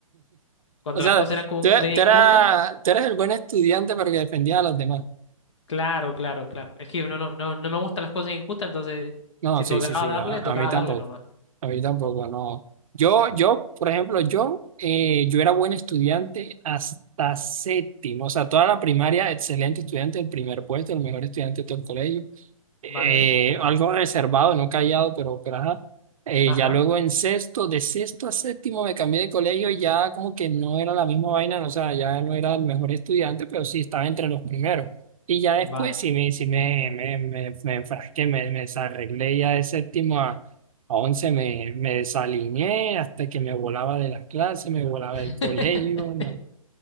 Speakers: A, on the left (about 55°); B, on the right (about 70°).
A: Cuando
B: O sea,
A: las cosas eran como
B: tú,
A: medio
B: tú
A: injustas,
B: eras, tú eras el buen estudiante pero que defendía a los demás.
A: claro, claro, claro. Es que no, no, no, no me gustan las cosas injustas, entonces
B: No,
A: si
B: sí,
A: tocaba
B: sí, sí,
A: darle,
B: a, a
A: tocaba
B: mí tampoco.
A: darle nomás.
B: A mí tampoco, no. Yo, yo, por ejemplo, yo, eh, yo era buen estudiante hasta séptimo, o sea, toda la primaria, excelente estudiante, el primer puesto, el mejor estudiante de todo el colegio eh,
A: ¿Vale, vale?
B: algo reservado, no callado, pero, pero ajá. Eh,
A: Ajá,
B: ya luego en sexto, de sexto a séptimo me cambié de colegio, y ya como que no era la misma vaina, no, o sea, ya no era el mejor estudiante, pero sí estaba entre los primeros. Y ya después
A: vale.
B: sí me, sí me, me, me, me enfrasqué, me, me desarreglé ya de séptimo a, a once, me, me desalineé hasta que me volaba de las clases, me volaba
A: <laughs>
B: del colegio, no,